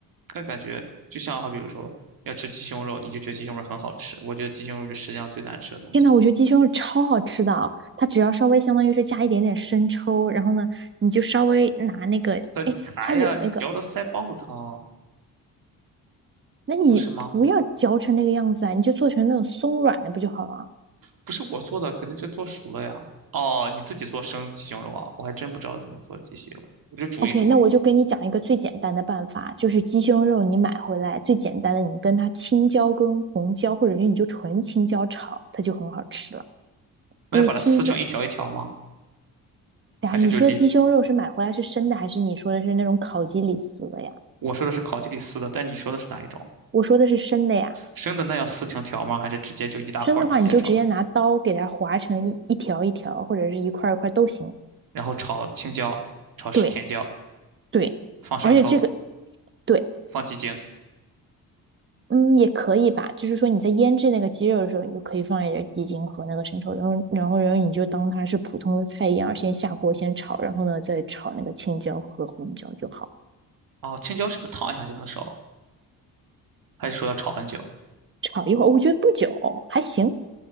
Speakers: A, on the right; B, on the right.
A: 但感觉就像哈，比如说要吃鸡胸肉，你就觉得鸡胸肉很好吃，我觉得鸡胸肉是世界上最难吃的东西一样，
B: 天呐，我觉得鸡胸肉超好吃的啊，它只要稍微相当于是加一点点生抽，然后呢，你就稍微拿那个，
A: 很柴呀，
B: 哎，它有那个，
A: 你嚼的腮帮子疼，
B: 那你不要嚼成那个样子啊，
A: 不是吗？
B: 你就做成那种松软的不就好了啊？
A: 不是我做的，肯定是做熟了呀。哦，你自己做生鸡胸肉啊？我还真不知道怎么做鸡胸肉，我就煮一煮。
B: OK，那我就跟你讲一个最简单的办法，就是鸡胸肉你买回来最简单的，你跟它青椒跟红椒，或者是你就纯青椒炒，它就很好吃了。
A: 那要把它撕成一条一条吗？
B: 因为青椒，哎呀，
A: 还是就地？
B: 你说的鸡胸肉是买回来是生的，还是你说的是那种烤鸡里撕的呀？
A: 我说的是烤鸡里撕的，但你说的是哪一种？
B: 我说的是生的呀，
A: 生的那要撕成条吗？还是直接就一大块儿就直接炒？
B: 生的话你就直接拿刀给它划成一一条一条，或者是一块一块都行。
A: 然后炒青椒，炒甜椒，
B: 对对，
A: 放生抽，
B: 而且这个对，
A: 放鸡精。
B: 嗯，也可以吧，就是说你在腌制那个鸡肉的时候，你就可以放一点鸡精和那个生抽，然后，然后，然后你就当它是普通的菜一样，先下锅先炒，然后呢再炒那个青椒和红椒就好，
A: 哦，青椒是不是烫一下就能熟？还是说要炒很久？
B: 炒一会儿，我觉得不久还行，